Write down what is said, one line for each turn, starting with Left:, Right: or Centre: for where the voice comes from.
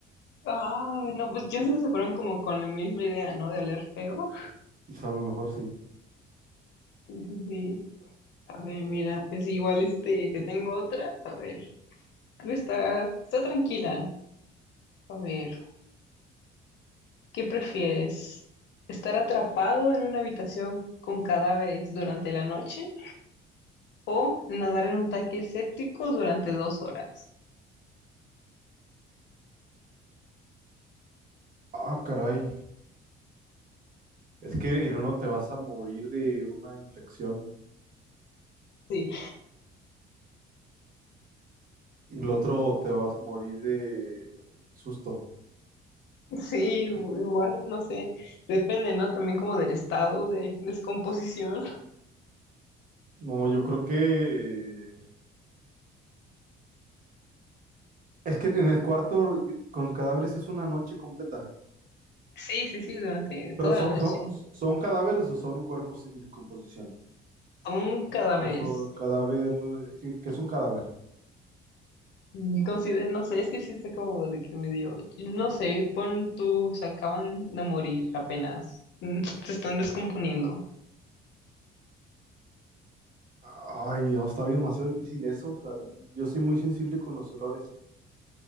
Left: Ah, no, pues ya se fueron como con la misma idea, ¿no? De oler feo.
Right: O sea, a lo mejor sí.
Left: Sí, sí, sí. A ver, mira, pues igual este, te tengo otra. A ver, esta está, está tranquila. A ver, ¿qué prefieres? ¿Estar atrapado en una habitación con cadáveres durante la noche o nadar en un tanque séptico durante dos horas?
Right: Ah, caray. Es que en uno te vas a morir de una infección
Left: Sí,
Right: y el otro te vas a morir de susto.
Left: <laughs> sí, igual, no sé, depende, ¿no? También como del estado de descomposición. <laughs>
Right: No, yo creo que... Es que en el cuarto con cadáveres es una noche completa.
Left: Sí, sí, sí, durante
Right: Pero
Left: toda
Right: son,
Left: la
Right: son,
Left: noche.
Right: son cadáveres o son cuerpos en descomposición.
Left: Son cadáveres.
Right: O son cadáver... ¿Qué qué es un cadáver?
Left: Y Consider, no sé, es que sí está como de que me dio, no sé, pon tú, se acaban de morir apenas, <laughs> mm, se están descomponiendo.
Right: Ay, no, está bien, demasiado difícil eso. O sea, yo soy muy sensible con los olores.